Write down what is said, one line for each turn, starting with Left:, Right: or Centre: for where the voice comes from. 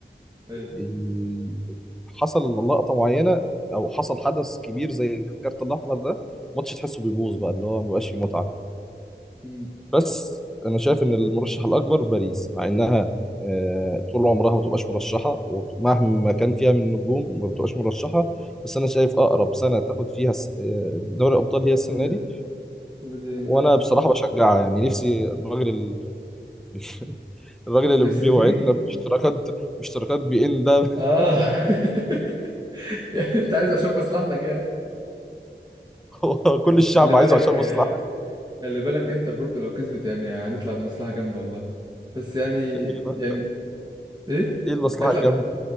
Right: ايوه أيوة.
Centre: ال- حصل لقطة معينة أو حصل حدث كبير زي الكارت الأحمر ده الماتش تحسه بيبوظ بقى اللي هو مبقاش فيه متعة
Right: مم.
Centre: بس أنا شايف إن المرشح الأكبر باريس مع إنها آه، طول عمرها ما بتبقاش مرشحة ومهما كان فيها من نجوم ما بتبقاش مرشحة بس أنا شايف أقرب سنة تاخد فيها س- آه، دوري الأبطال هي
Right: السنه
Centre: السنة دي
Right: دي السنه دي
Centre: وأنا
Right: اه
Centre: بصراحة بشجعها يعني نفسي الراجل ال... <laughs> الراجل اللي
Right: نفسي
Centre: بيوعدنا
Right: نيجي
Centre: باشتراكات باشتراكات بي إن ده
Right: اه <laughs> يعني انت عايز عشان مصلحتك يعني
Centre: <laughs> هو كل الشعب
Right: خلي بالك
Centre: عايزه عشان مصلحة
Right: آه، خلي بالك انتر برضو لو كسبت يعني هنطلع بمصلحة جامدة والله بس يعني
Centre: ايه
Right: يعني
Centre: بقى
Right: ايه
Centre: ايه المصلحه
Right: هنطلع
Centre: الجامده